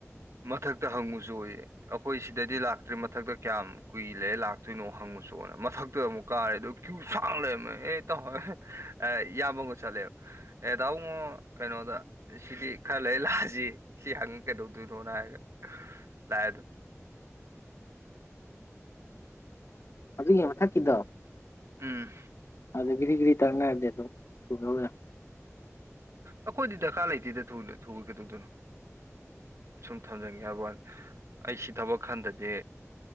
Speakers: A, on the right (about 65°); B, on the left (about 55°).
A: ꯃꯊꯛꯇ ꯍꯪꯉꯨꯁꯨ ꯑꯣꯏꯌꯦ ꯑꯩꯈꯣꯏ ꯁꯤꯗꯗꯤ ꯂꯥꯛꯇ꯭ꯔꯤ ꯃꯊꯛꯇ ꯀꯌꯥꯝ ꯀꯨꯏ ꯂꯩꯔꯦ ꯂꯥꯛꯇꯣꯏꯅꯣ ꯍꯪꯨꯣꯅ ꯃꯊꯛꯇꯨꯛ ꯀꯥꯔꯦ ꯑ ꯐꯥꯡ ꯂꯩ ꯑꯩ ꯇꯣ ꯍꯣꯏ ꯑꯦ ꯏꯕꯒ ꯆꯠꯂꯦꯕ ꯑꯦꯗꯥꯥꯎꯉꯣ ꯀꯩꯅꯣꯗ ꯁꯤꯗꯤ ꯈꯔ ꯂꯩ ꯂꯥꯛꯑꯁꯤ ꯁꯤ ꯍꯪꯉ ꯀꯩꯗꯧꯗꯣꯏꯅꯣꯅ ꯍꯥꯏꯒ ꯂꯥꯛꯑꯦꯗꯣ
B: ꯑꯗꯨꯒꯤ ꯃꯊꯛꯀꯤꯗꯣ
A: ꯎꯝ
B: ꯑꯗꯨꯗ ꯒꯤꯔꯤꯒ ꯒꯤꯔꯤ ꯇꯔꯅꯔꯗꯤꯦ ꯑꯗꯨ ꯊ
A: ꯑꯩꯈꯣꯏꯗꯤ ꯗꯔꯀꯥꯔ ꯂꯩꯇꯦꯗ ꯊꯨꯒꯗꯧꯣꯏꯅꯣ ꯁꯨꯝ ꯊꯝꯖꯅꯤꯡꯒꯦ ꯍꯥꯏꯕ ꯋꯥꯅꯤ ꯑꯩꯁꯤ ꯊꯕꯛ ꯈꯟꯗꯗꯤ